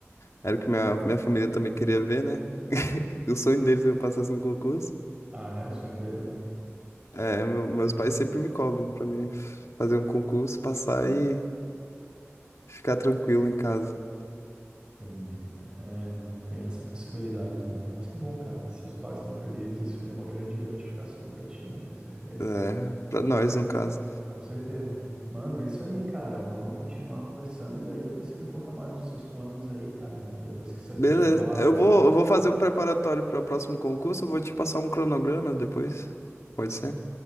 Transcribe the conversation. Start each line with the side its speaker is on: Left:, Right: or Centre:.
Left: era o que minha, minha família também queria ver, né? <laughs> O sonho deles é que eu passasse um concurso.
Right: Ah, é o sonho deles, né?
Left: É, meu- meus pais sempre me cobram pra mim fazer um concurso, passar e Ficar tranquilo em casa.
Right: Entendi, cara. É, não, tem essa possibilidade também. Mas que bom, cara. Seus pais estão felizes, isso aí é uma grande gratificação pra ti, né? Tenho certeza.
Left: É, pra nós, no caso.
Right: Com certeza. Mano, é isso aí, cara. Vamos continuar conversando e daí depois você me conta mais dos seus planos aí, cara. Depois que você for
Left: Beleza.
Right: chamado.
Left: Eu vou, eu vou fazer um preparatório para o próximo concurso. Eu vou te passar um cronograma depois. Pode ser?